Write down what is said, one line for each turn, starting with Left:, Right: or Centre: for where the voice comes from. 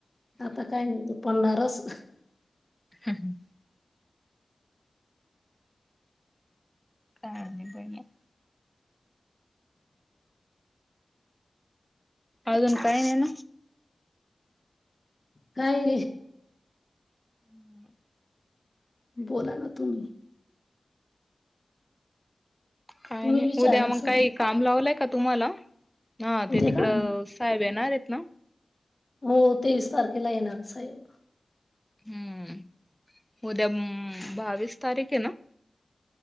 Left: आता काय नाही ते पडणारच.
Centre: हा ह. काय आणि काय मग? अजून काय नाही ना.
Left: काय
Centre: <inaudible>
Left: बोला ना तुम्ही.
Centre: काय
Left: तुम्ही
Centre: नाही.
Left: विचारा
Centre: उद्या मग
Left: सध्या
Centre: काय काम लावलंय का तुम्हाला? हा ते
Left: उद्या
Centre: तिकडं
Left: का
Centre: साहेब येणार आहेत ना?
Left: हो. तेवीस तारखेला येणार साहेब.
Centre: हम्म. उद्या म बावीस तारीख ये ना?